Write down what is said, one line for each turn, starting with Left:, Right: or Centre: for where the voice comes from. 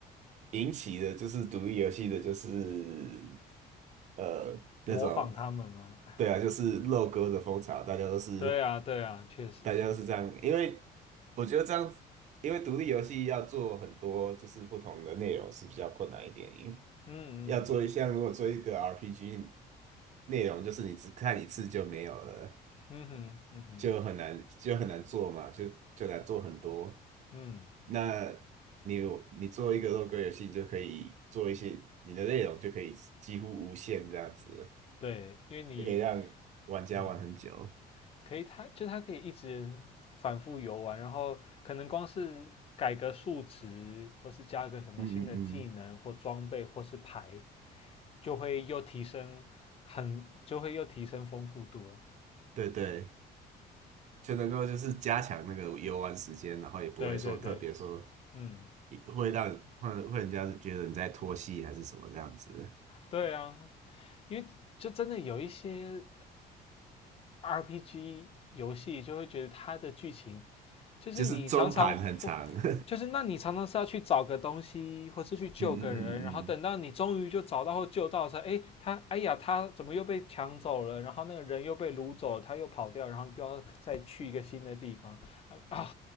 Right: 引起的就是独立游戏的就是呃那种。
Left: 模仿他们吗？
Right: 对啊，就是肉鸽的风潮，大家都是
Left: <laughs> 对啊对啊，确实确实，
Right: 大家都是这样，因为我觉得这样子，因为独立游戏要做很多就是不同的内容是比较困难一点，因为
Left: 嗯嗯
Right: 要做一项如果做一个 RPG 内容，就是你只看一次就没有了，
Left: 嗯哼嗯哼
Right: 就很难就很难做嘛，就就难做很多。
Left: 嗯，
Right: 那你有你做一个肉鸽游戏，你就可以做一些你的内容就可以几乎无限这样子，
Left: 对，因为你
Right: 就可以让玩家玩很久。
Left: 嗯。可以它就它可以一直反复游玩，然后可能光是改个数值，或是加个什么新的技能或装备或是牌，
Right: 嗯嗯嗯，
Left: 就会又提升很 <laughs> 就会又提升丰富度了。
Right: 对对，就能够就是加强那个游玩时间，然后也不会说特别说
Left: 对对对，嗯，
Right: 会让会会人家觉得你在拖戏还是什么这样子，
Left: 对啊，因为就真的有一些 RPG 游戏就会觉得它的剧情就是你常常
Right: 就是中盘很长。<laughs>
Left: 就是那你常常是要去找个东西，或是去救个人，
Right: 嗯嗯嗯嗯嗯，
Left: 然后等到你终于就找到或救到的时候，哎，他哎呀，他怎么又被抢走了？然后那个人又被掳走了，他又跑掉，然后又要再去一个新的地方啊啊，